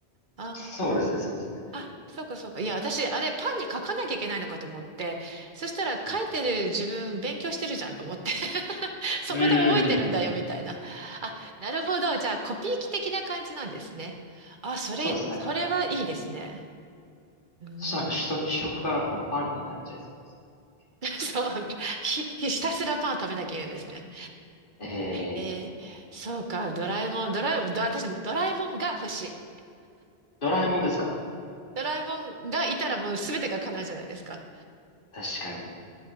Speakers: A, on the right (about 50°); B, on the left (about 55°).
A: あ
B: そうですね、そうですね。
A: あ、あそうか、そうか。いや、私、あれ、パンに書かなきゃいけないのかと思って、そしたら、書いてる自分、
B: うん
A: 勉強してるじゃんと思って。<laughs> そこで覚えてるんだよ、
B: うーん
A: みたいな。あ、なるほど。
B: 確かに
A: じゃあ、コピー機的な感じなんですね。あ、それ、
B: そうですね、なんか、
A: それはいいですね。うん、
B: そしたらなんか主食、主食がなんかほんとパンになっちゃいそうですね。
A: <laughs>
B: 一回食
A: そう、ひ、ひたすらパンを食べなきゃいけないんですね。
B: べて。
A: えー、
B: えー、
A: そうか、ドラえもん、ドラえもん、ど私もドラえもんが欲しい。
B: ドラえもんですか
A: ドラえもんがいたらもう全てが叶うじゃないですか。
B: 確かに。